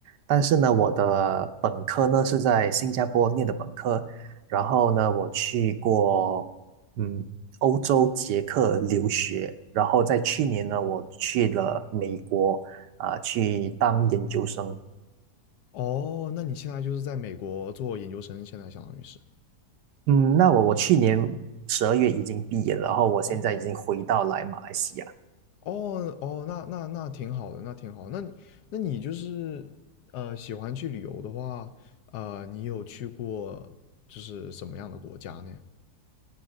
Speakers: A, on the right; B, on the left.
A: 但是呢，我的本科呢是在新加坡念的本科，然后呢，我去过嗯欧洲捷克留学，然后在去年呢，我去了美国啊去当研究生。
B: 哦，那你现在就是在美国做研究生，现在相当于是。
A: 嗯，那我我去年十二月已经毕业了，然后我现在已经回到来马来西亚。
B: 哦哦哦，那那那挺好的，那挺好的那你那你就是呃喜欢去旅游的话，呃，你有去过就是什么样的国家呢？